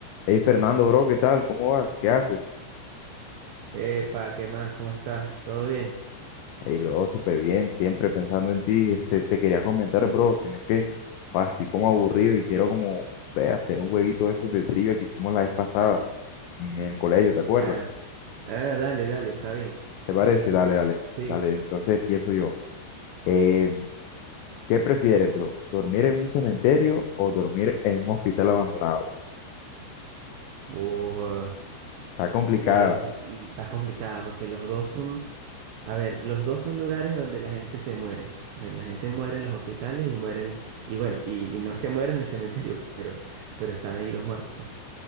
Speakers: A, on the left (about 85°); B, on the right (about 80°).
A: Hey Fernando, bro, ¿qué tal? ¿Cómo vas? ¿Qué haces?
B: Epa, ¿qué más? ¿Cómo estás? ¿Todo bien?
A: Hey, bro, súper bien, siempre pensando en ti. Este, te quería comentar, bro, si no es que, ah, estoy como aburrido y quiero como, o sea, hacer un jueguito de esos de trivia que hicimos la vez pasada en el colegio, ¿te acuerdas?
B: Ah, ah, dale, dale, está bien.
A: ¿Te parece?
B: Vamos a hacerlo.
A: Dale, dale,
B: Sí.
A: dale. Entonces empiezo yo. Eh, ¿qué prefieres, bro? ¿Dormir en un cementerio o dormir en un hospital abandonado?
B: Uf,
A: Está complicada.
B: pues lo, l- está complicada porque los dos son, a ver, los dos son lugares donde la gente se muere. Eh, La gente muere en los hospitales y mueren, y bueno, y, y no es que mueren en el cementerio, <laughs> pero, pero están ahí los muertos.